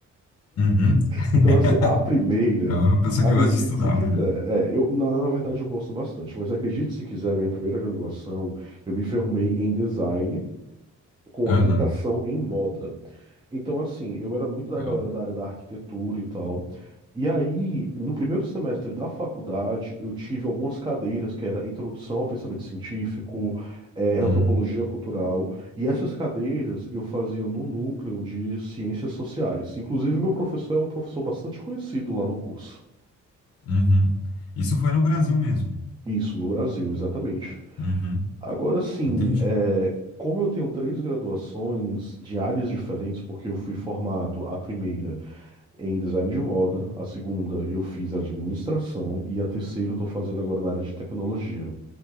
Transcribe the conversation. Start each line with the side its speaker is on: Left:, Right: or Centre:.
Left: Uhum. <laughs>
Right: Então, assim, a primeira,
Left: É uma pessoa
Right: acredite
Left: que gosta de estudar,
Right: se quiser.
Left: menino.
Right: É, eu, na, na verdade, eu gosto bastante, mas acredite se quiser, a minha primeira graduação, eu me formei em design com
Left: Aham.
Right: aplicação em moda. Então, assim, eu era muito da
Left: Ó.
Right: galera da área da arquitetura e tal. E aí, no primeiro semestre da faculdade, eu tive algumas cadeiras que era Introdução ao Pensamento Científico, eh, Antropologia
Left: Hum,
Right: Cultural, e essas cadeiras eu fazia no núcleo de Ciências Sociais. Inclusive, meu professor é um professor bastante conhecido lá no curso.
Left: Uhum. Isso foi no Brasil mesmo.
Right: Isso, no Brasil, exatamente.
Left: Uhum,
Right: Agora sim,
Left: entendi.
Right: é, como eu tenho três graduações de áreas diferentes, porque eu fui formado a primeira em design de moda, a segunda eu fiz administração e a terceira eu estou fazendo agora na área de tecnologia,